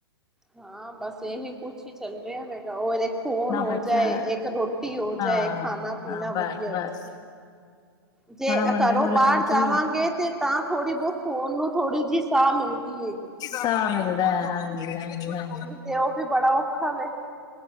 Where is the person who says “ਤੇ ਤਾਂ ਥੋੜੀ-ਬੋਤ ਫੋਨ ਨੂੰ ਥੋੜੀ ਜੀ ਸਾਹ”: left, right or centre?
Centre